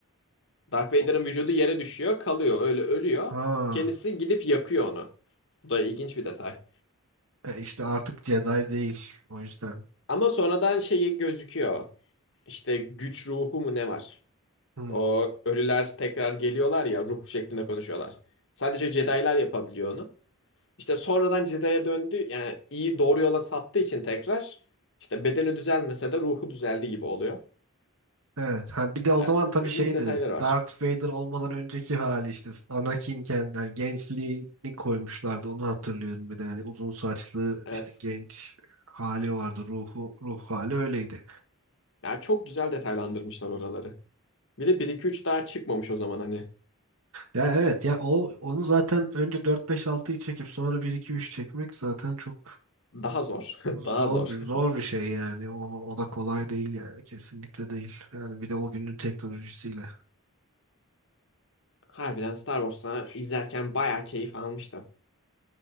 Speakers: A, on the left (about 55°); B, on the right (about 70°).
A: Darth Vader'ın
B: O-
A: vücudu yere düşüyor, kalıyor, öyle ölüyor.
B: Ha
A: Kendisi gidip yakıyor onu. Bu da ilginç bir detay.
B: e işte artık Jedi değil o yüzden.
A: Ama sonradan şeyi gözüküyor. İşte güç ruhu mu ne var?
B: Hmm.
A: O ölüler tekrar geliyorlar ya ruh şeklinde konuşuyorlar. Sadece Jedi'lar yapabiliyor onu. İşte sonradan cidaya döndü yani iyi doğru yola saptığı için tekrar işte bedeni düzelmese de ruhu düzeldi gibi oluyor.
B: Evet. Ha, bir de o
A: Yani
B: zaman tabii
A: ilginç
B: şeydi.
A: detayları var.
B: Darth Vader olmadan önceki hali işte Anakin'ken yani gençliğini koymuşlardı. Onu hatırlıyorum bir de yani uzun saçlı
A: Evet.
B: işte genç hali vardı. Ruhu ruh hali öyleydi.
A: Yani çok güzel detaylandırmışlar oraları. Bir de 1-2-3 daha çıkmamış o zaman hani.
B: Ya evet ya o onu zaten önce 4 5 altıyı çekip sonra bir 2 3 çekmek zaten çok
A: Daha zor. <laughs>
B: zor
A: Daha zor.
B: bir zor bir şey yani. O, o da kolay değil yani kesinlikle değil. Yani bir de o günün teknolojisiyle.
A: Harbiden Star Wars'a izlerken bayağı keyif almıştım.